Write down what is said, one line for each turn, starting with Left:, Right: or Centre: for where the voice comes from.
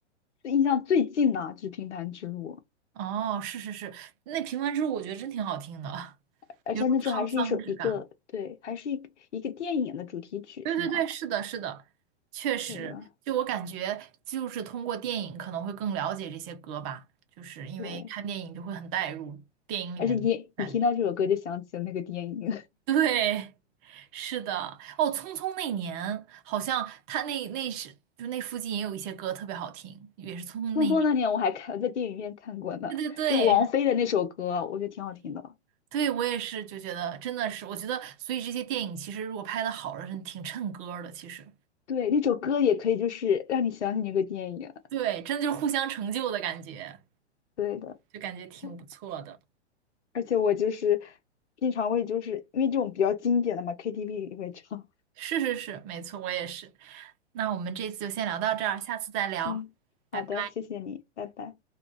Left: 最印象最近的就是平凡之路，
Right: 哦，是是是，那平凡之路我觉得真挺好听的，
Left: 而且那时候还是一首一个对，
Right: 有种沧桑之感。
Left: 还是一一个电影的主题曲是吗？
Right: 对对对，是的，是的，确实，
Left: 对的，
Right: 就我感觉，就是通过电影可能会更了解这些歌吧，就是因为看电影就会很带入电影里面的感觉。
Left: 对。而且你你听到这首歌就想起了那个电影
Right: 对，是的，哦，《匆匆那年》好像他那那是就那附近也有一些歌特别好听，也是《匆匆那年》。
Left: 《<laughs> 匆匆那年》，我还看在电影院看过呢，
Right: 对对对对
Left: 就是王菲的那首歌，我觉得挺好听的。
Right: 对，我也是就觉得真的是，我觉得所以这些电影其实如果拍的好了，真挺衬歌儿的，其实
Left: 对，那首歌也可以就是让你想起那个电影。
Right: 对，真的就是互相成就的感觉。
Left: 对的，
Right: 就感觉挺不错的。
Left: 我而且我就是经常会就是因为这种比较经典的嘛，KTV 里会唱。
Right: 是是是，没错，我也是。那我们这次就先聊到这儿，下次再聊，
Left: 嗯，
Right: 拜拜。
Left: 好的，谢谢你，拜拜。